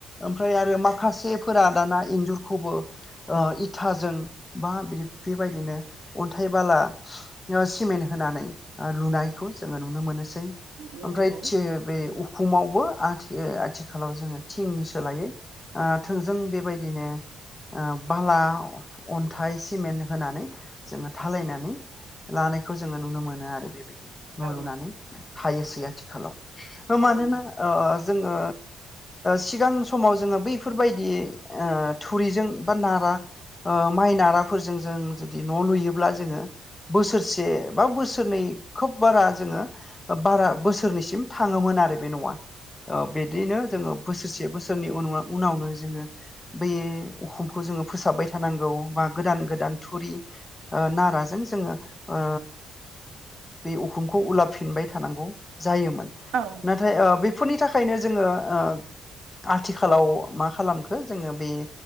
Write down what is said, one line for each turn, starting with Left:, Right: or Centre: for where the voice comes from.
Left: ओमफ्राय आरो माखासे फोरा दाना इन्जुरखौबो ओ इथाजों बा बि बेबायदिनो अन्थाइ बाला सिमेन्ट होनानै ओ लुनायखौ जोङो नुनो मोनोसै।
Right: नंगौ
Left: ओमफ्राय थि बे फुमावबो आथि आथिखालाव जोङो थिंनि सोलायै ओ थोंजों बेबायदिनो ओ बाला अन्थाइ सिमेन्ट होनानै जोङो थालायनानै लानायखौ जोङो नुनो मोनो आरो। न'
Right: औ
Left: लुनानै थायोसै आथिखालाव मानोना
Right: औ
Left: ओ ओ जोङो सिगां ओ समाव जोङो बै बेफोरबायदि ओ थुरिजों बा नारा ओ माइ नाराफोरजों जों जुदि न' लुयोब्ला जोङो बोसोरसे बा बोसोरनै खोब बारा जोङो बारा बोसोरनिसिम थाङोमोन आरो बे न'आ। औ बिदिनो जोङो बोसोरसे बोसोरनि उनावनो जोङो बे अखुमखौ जोङो फोसाबबाय थानांगौ बा गोदान गोदान थुरि ओ नाराजों जोङो ओ बे उखुमखौ उलाफिनबाय थानांगौ जायोमोन।
Right: औ
Left: नाथाय ओ बेफोरनि थाखायनो जोङो ओ आथिखाल आथिखालाव मा खालामखो जोङो बे